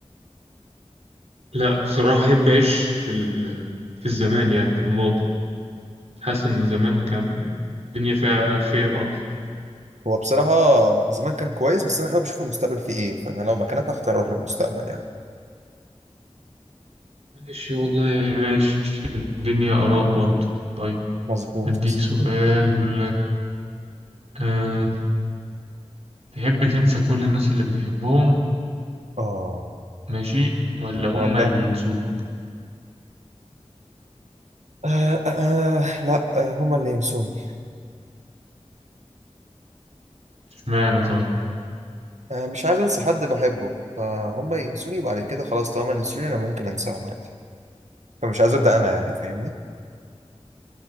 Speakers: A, on the right; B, on the right.
A: لا صراحة أحب أعيش في ال... في الزمان يعني في الماضي حاسس إن زمان كان الدنيا فيها خير أكتر
B: هو بصراحة زمان كان كويس بس أنا حابب أشوف المستقبل فيه إيه فأنا لو مكانك أختار أروح للمستقبل يعني
A: ماشي والله ماشي الدنيا آراء برضه طيب
B: مظبوط
A: أديك سؤال بيقول لك آه، تحب تنسى كل الناس اللي بتحبهم
B: اه
A: ماشي ولا هما
B: ولا
A: اللي ينسوك
B: آه آه آه، لا آه هما اللي ينسوني
A: اشمعنى طيب
B: آه مش عايز أنسى حد بحبه فهما ينسوني بعد كده خلاص طالما ينسوني أنا ممكن أنساهم عادي فمش عايز أبدأ أنا يعني فاهمني